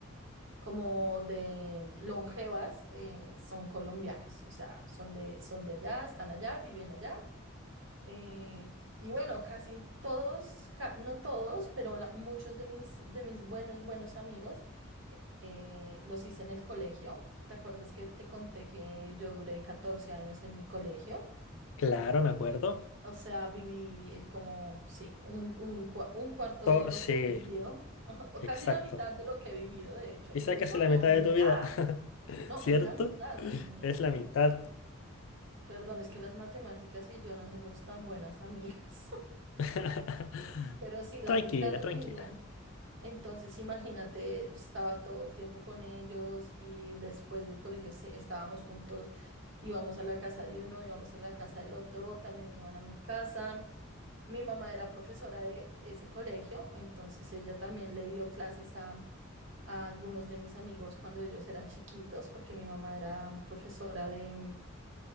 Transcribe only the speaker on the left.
claro, me acuerdo.
To-
sí,
exacto.
Y
Quizá casi
la mitad
de tu vida, <laughs>
¿cierto?
Es
la
mitad.
<laughs>
Tranquila,
tranquila.